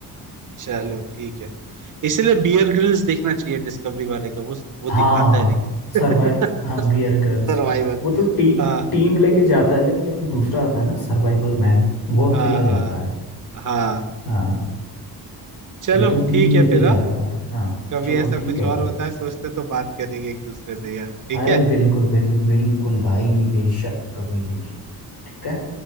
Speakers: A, on the right (about 55°); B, on the left (about 85°).
A: चलो ठीक है इसलिए बियर ग्रिल्स देखना चाहिए डिस्कवरी वाले का वो वो
B: हाँ
A: दिखाता है लेकिन <laughs>
B: सर्वाइव हाँ बियर गर्ल्स
A: सर्वाइवल
B: वो तो टी,
A: हाँ
B: टीम लेके जाता है लेकिन एक दूसरा आता है ना सर्वाइवल मैन वो अकेला
A: हाँ
B: जाता
A: हाँ
B: है
A: हाँ
B: हाँ
A: चलो
B: ये तो टीम
A: ठीक है
B: लेके
A: फिर
B: जाता
A: हाँ?
B: है हाँ
A: कभी
B: चलो
A: ऐसा
B: ठीक
A: कुछ
B: है
A: और
B: भाई
A: होता है सोचते तो बात करेंगे एक दूसरे से यार ठीक
B: अरे
A: है
B: बिल्कुल बिल्कुल बिल्कुल भाई बेशक कभी भी ठीक है